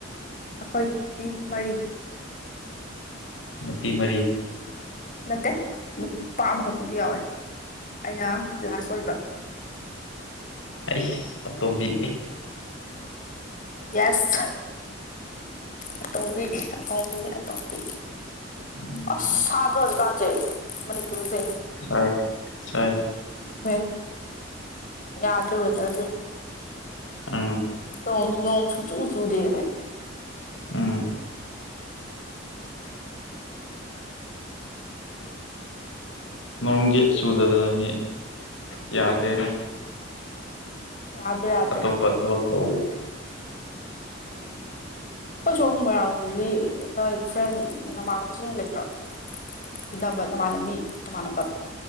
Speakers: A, on the left; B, on the left.
A: ꯑꯩꯈꯣꯏꯗꯤ ꯃꯔꯤ
B: ꯃꯄꯤ ꯃꯔꯤ
A: ꯅꯠꯇꯦ ꯅꯨꯄꯥ ꯑꯃꯈꯛꯄꯥꯎꯗꯨ ꯌꯥꯎꯋꯦ ꯑꯩꯅ ꯂꯥꯁ ꯑꯣꯏꯕ
B: ꯑꯩ ꯑ ꯇꯝꯕꯤ
A: ꯌꯦꯁ ꯑꯇꯣꯝꯕꯤ ꯑꯇꯣꯝꯕꯤꯅꯦ ꯑꯇꯣꯝꯕꯤ
B: ꯎꯝ
A: ꯑꯁ ꯁꯥꯗ꯭ꯔꯖꯤꯀꯥꯟꯁꯦ ꯃꯅꯤꯄꯨꯔꯁꯦ
B: ꯁꯥꯏ ꯁꯥꯏ
A: ꯑꯗꯨ ꯌꯥꯗ ꯑꯣꯏ ꯇꯁꯦ
B: ꯑ
A: ꯅꯣꯡ ꯅꯣꯡ ꯁꯨꯡꯆꯨ ꯆꯨꯗꯦꯃꯦ
B: ꯎꯝ ꯅꯣꯡꯒꯤ ꯆꯨꯗꯗꯅ ꯃꯤ ꯌꯥꯗ꯭ꯔꯦꯅꯦ
A: ꯌꯥꯗ꯭ꯔꯦ ꯌꯥꯗ꯭ꯔꯦ
B: ꯑꯇꯣꯞꯄ ꯊꯕꯛ ꯇꯧꯕ
A: ꯎꯝ ꯑꯩꯈꯣꯏ ꯁꯣꯝ ꯃꯣꯏꯔꯥꯡꯔꯣꯡꯗꯗꯤ ꯅꯣꯏ ꯐ꯭ꯔꯦꯟ ꯅꯃꯥꯟꯅꯕꯁꯤꯡ ꯂꯩꯇ꯭ꯔꯣ ꯇꯤꯟꯅꯕ ꯅꯃꯥꯟꯅꯕꯤ ꯅꯃꯥꯟꯅꯕ